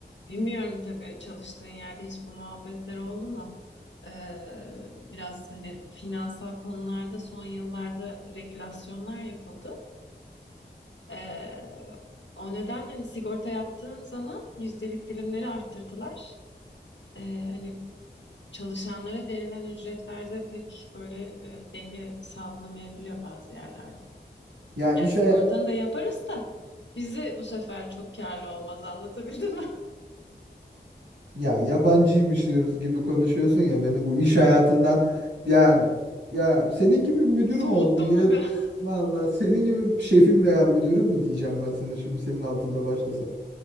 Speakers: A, on the left; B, on the right.
A: Bilmiyorum tabii çalıştığın yerde hiç bu muhabbetler oldu mu? Ee, biraz hani finansal konularda son yıllarda regülasyonlar yapıldı. Ee, o nedenle hani sigorta yaptığın zaman yüzdelik dilimleri arttırdılar. Ee, hani çalışanlara verilen ücretlerde pek böyle e, denge sağlanamayabiliyor bazı yerlerde.
B: Ya iş
A: Yani sigortanı
B: haya-
A: da yaparız da bizi bu sefer çok karlı olmaz anlatabildim mi?
B: ya yabancıymışız gibi konuşuyorsun ya beni bu iş hayatından yani ya senin gibi müdürüm
A: <laughs> Soğuttum
B: olsun ya
A: mu be? <laughs>
B: vallahi senin gibi şefim veya müdürüm mü diyeceğim ben sana şimdi senin altında başlasam.